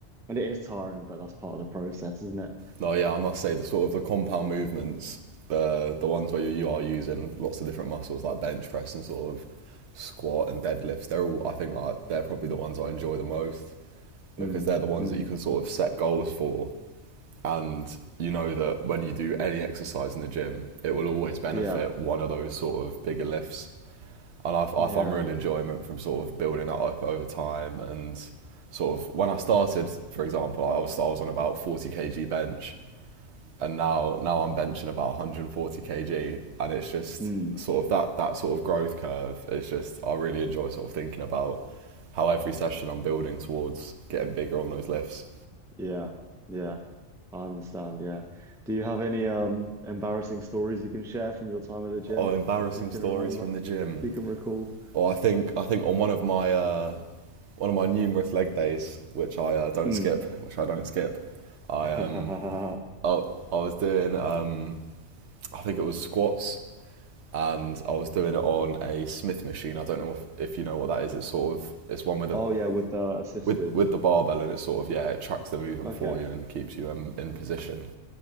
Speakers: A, in the centre; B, on the right.
A: and it is tiring, but that's part of the process, isn't it?
B: No. Yeah. I must say the sort of the compound movements, the the ones where you, you are using lots of different muscles like bench press and sort of squat and deadlifts. They're all I think are, they're probably the ones I enjoy the most
A: Mm,
B: because they're the ones
A: mm,
B: that you can sort of set goals for and you know that when you do any exercise in the gym, it will always benefit
A: yeah,
B: one of those sort of bigger lifts. And I,
A: yeah.
B: I find real enjoyment from sort of building that up over time. And sort of when I started, for example, I was I was on about 40 kg bench, and now now I'm benching about 140 kg, and it's just
A: Mm.
B: sort of that that sort of growth curve is just I really enjoy sort of thinking about how every session I'm building towards getting bigger on those lifts.
A: Yeah, yeah, I understand. Yeah. Do you have any um embarrassing stories you can share from your time at the gym,
B: Oh, embarrassing
A: if you can
B: stories
A: remember,
B: from the gym.
A: if you can recall?
B: Or I think I think on one of my uh, one of my numerous leg days, which I uh, don't
A: Mm.
B: skip, which I don't skip, I
A: <laughs>
B: um I, I was doing um I think it was squats and I was doing it on a Smith machine. I don't know if, if you know what that is. It's sort of it's one with
A: Oh
B: a
A: yeah, with the assisted.
B: with with the barbell and it's sort of yeah it tracks the movement
A: Okay.
B: for you and keeps you um, in position